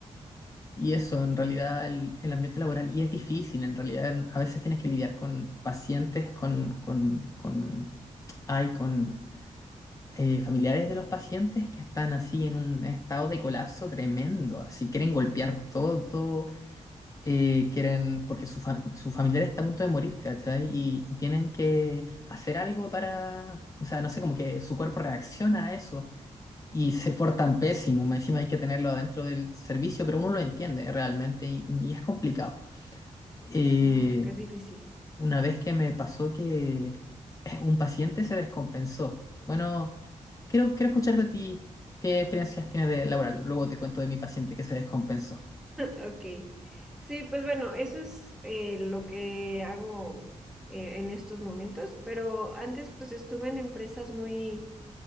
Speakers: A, on the left (about 25°); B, in the centre.
A: Y eso, en realidad, el, el ambiente laboral, y es difícil, en realidad, en- a veces tienes que lidiar con pacientes, con, con, con, ay, con eh, familiares de los pacientes que están así en un estado de colapso tremendo, así quieren golpear todo, eh, quieren, porque su, fa- su familiar está a punto de morir, ¿cachai? Y, y tienen que hacer algo para, o sea, no sé, como que su cuerpo reacciona a eso y se portan pésimo, más encima hay que tenerlo adentro del servicio, pero uno lo entiende realmente y, y es complicado. Eh,
B: Wow, qué difícil. <laughs>
A: una vez que me pasó que un paciente se descompensó. Bueno, quiero, quiero escucharte a ti. ¿Qué experiencias tienes de laboral? Luego te cuento de mi paciente que se descompensó.
B: Ok. Sí, pues bueno, eso es eh, lo que hago eh, en estos momentos, pero antes pues estuve en empresas muy,